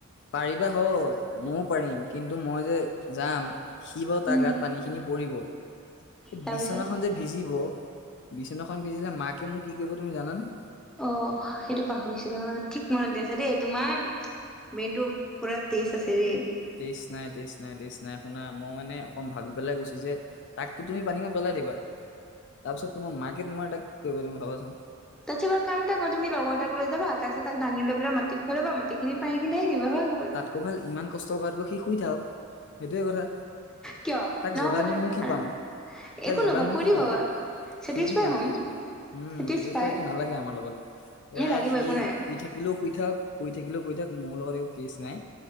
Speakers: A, on the left (about 55°); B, in the centre.
A: পাৰিবা হয়, মইও পাৰিম, কিন্তু মই যে যাম সি বাও তাৰ
B: উম
A: গাত পানীখিনি পৰিব, এ
B: তাৰপিছত
A: বিচনাখন যে ভিজিব, বিচনাখন ভিজিলে মাকে মোক কি কৰিব তুমি জানানে?
B: অ সেইটো পাহৰিছিলো ঠিক মনত দি আছা দেই তোমাৰ মেইনটো, পোৰা তেজ আছে ৰে,
A: তেইছ নাই তেইছ, তেজ চাই শুনা মই মানে অকণ ভাবি পেলাই গৈছো যে তাকতো তুমি পানীঙত পেলাই দিবা। তাৰপিছত তোমাৰ মাকে তাইক কি কৰিব তুমি ভাবাচোন।
B: তাৰিছতাৰ কাম এটা ক তুমি লগৰ এটাক লৈ যা তাকপাছ তাক দাঙি লৈ পেলাই মা, ৰ পৰা মাটিখিনিত পানী খিনি ধালি দিবা হৈ গ'ল।
A: কৌ ভাল ইমান কষ্ট কৰাতকৈ সি শুই থাকক সেইটোয়ে কথা।
B: কিয়
A: তাক
B: নহ'ব
A: জোগাই
B: নহয়
A: নো মই কি পাম। তাক
B: একো
A: জগাই
B: নকবা
A: নো মই
B: ফূৰ্তি
A: কি পাম
B: পাবা। চেটিছফাই
A: ফূৰ্তি পাম।
B: হ'ম
A: উম
B: চেটিছফাই
A: চেটিছফাইতো নালাগে আমাৰ লগত, এয়া
B: এ লাগিব
A: সি
B: একো নাই।
A: শুই থাকিলেও শুই থাক। শুই থাকিলেও শুই থাক মোৰ লগত একো কেচ নাই।